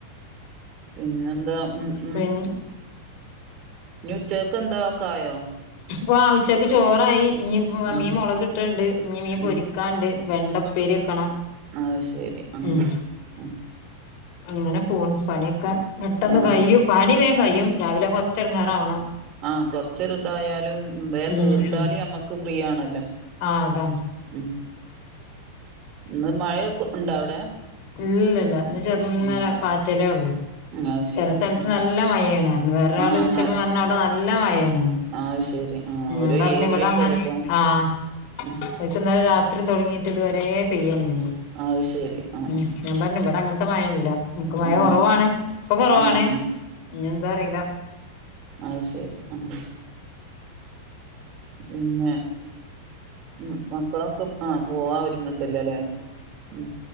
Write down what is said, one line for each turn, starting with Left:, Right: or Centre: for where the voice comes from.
Right: പിന്നെ എന്താ ഉം
Left: പെൻ
Right: ഞ്ഞ് ഉചേകക്ക് എന്താ ഒക്കായോ
Left: ഓ ആ ഉച്ചക്ക് ചോറായി ഇഞ്
Right: ഉം
Left: മീൻ മുളക് ഇട്ടണ്ട് ഇഞ് മീൻ പൊരി
Right: ഉം
Left: ക്കാണ്ട് വെണ്ടപ്പേരി വെക്കണം
Right: അഹ് ശെരി ആഹ്
Left: ഉം
Right: ഉം
Left: അങ്ങനെ പോണ് പണിയൊക്കെ പെട്ടെന്ന്
Right: ആഹ്
Left: കഴിയും പണി വേം കഴിയും രാവിലെ കൊർച്ച് എടങ്ങേറാവണം
Right: ആ കൊർച്ചൊര് ഇതായാലും വേം
Left: ഉം
Right: തീർത്താല്
Left: ഉം
Right: അമ്മക്ക്‌ ഫ്രീ ആണല്ലോ
Left: ആ അതാണ്
Right: ഉം ഇന്ന് മയൊക്കെ ഉണ്ടാവ്
Left: ഇല്ല ഇല്ല ഇന്ന് ചെർന്നനെ
Right: ഉം
Left: പാറ്റലേ ഉള്ളൂ
Right: അത്
Left: ചെല
Right: ശരി
Left: സ്ഥലത്ത്
Right: ഉം
Left: നല്ല മയെണർഞ്ഞ് വേറൊരാൾ
Right: ആഹ്
Left: വിളിച്ചപ്പം
Right: ന
Left: പർഞ്ഞ് അവ്ടെ നല്ല മയെണ്
Right: അത് ശരി ആഹ് ഓരോ
Left: ഞാൻ പർഞ്ഞ്
Right: ഏരിയക്കല്ലേ
Left: വടെ അങ്ങ
Right: ഇപ്പൊ
Left: ആഹ്
Right: ഉം
Left: ഓൽക്ക് ഇന്നലെ രാത്രി തൊടങ്ങിട്ട് ഇതുവരെ പെയ്യന്നെ
Right: അഹ് ശരി ആ
Left: ഉം ഞാൻ പർഞ് ഇവട അങ്ങൻത്ത മഴ ല്ല മഴ
Right: ആ ആഹ്
Left: കൊറവാണ് പ്പൊ കൊറവാണ്
Right: ആഹ്
Left: ഞന്താ അറീല
Right: അയ് ശരി ആഹ് പിന്നെ ഉം മക്കളൊക്കെ ആ പോവാ ഒര്ങ്ണ്ട്ല്ലോ ലെ ഉം